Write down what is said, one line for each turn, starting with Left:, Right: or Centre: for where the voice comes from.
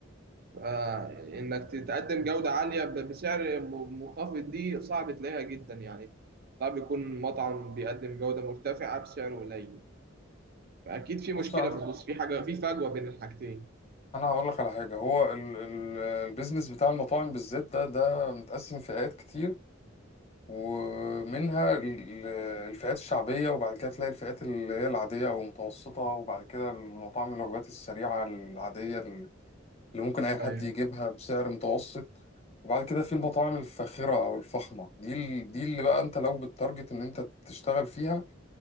Right: فانك تتقدم جودة عالية ب- بسعر م- منخفض دي صعب تلاقيها جدا يعني صعب يكون مطعم بيقدم جودة مرتفعة بسعر قليل فاكيد في مشكلة
Left: بص أنا
Right: في النص في حاجة في فجوة بين الحاجتين
Left: أنا هقول لك على حاجة هو ال- ال- البيزنس بتاع المطاعم بالذات ده ده متقسم فئات كتير ومنها ال- الفئات الشعبية وبعد كده تلاقي الفئات اللي هي العادية أو المتوسطة وبعد كده المطاعم الوجبات السريعة العادية اللي ممكن أي حد
Right: ايوه
Left: يجيبها بسعر متوسط وبعد كده في المطاعم الفاخرة أو الفخمة دي ال- دي اللي بقى أنت لو بالتارجت إن أنت تشتغل فيها